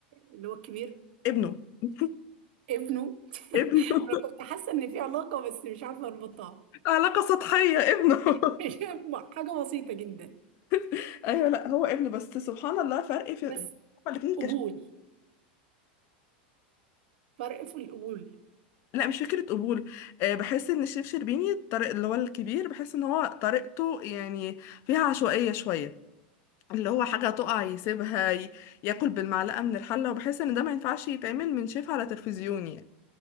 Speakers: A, on the right; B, on the left.
A: اللي هو الكبير
B: ابنه <laughs>
A: ابنه <laughs>
B: ابنه
A: أنا كنت حاسة إن في علاقة بس مش عارفة أربطها
B: علاقة سطحية ابنه
A: <laughs> هي حاجة بسيطة جدا
B: <laughs> ايوه لا هو ابنه بس سبحان الله فرق في
A: بس
B: هما الاتنين
A: قبول
B: كش...
A: فرق في القبول
B: لا مش فكرة قبول أه بحس ان الشيف شربيني الطريق اللي هو الكبير بحس ان هو طريقته يعني فيها عشوائية شوية اللي هو حاجة تقع يسيبها ي- ياكل بالمعلقة من الحلة وبحس ان ده ما ينفعش يتعمل من شيف على تلفزيون يعني